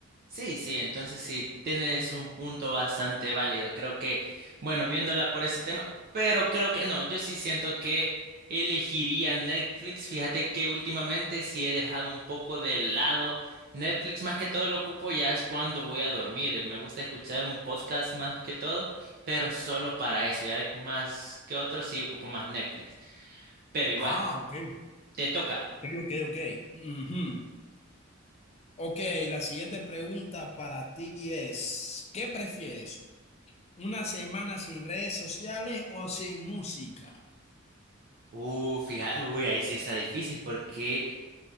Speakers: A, on the right; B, on the left.
A: Sí, sí, entonces sí, tienes un punto bastante válido. Creo que, bueno, viéndola por ese tema, pero creo que no, yo sí siento que elegiría Netflix. Fíjate que últimamente sí he dejado un poco de lado Netflix, más que todo lo ocupo ya es cuando voy a dormir. Me gusta escuchar un podcast más que todo, pero solo para eso, ya de- más que otro sí ocupo más Netflix. Pero igual,
B: Ah, ok.
A: te toca.
B: Ok, ok, ok. Ujú. Ok, la siguiente pregunta para ti es, ¿qué prefieres? ¿Una semana sin redes sociales o sin música?
A: Uh, fíjate, uy, ahí sí está difícil porque...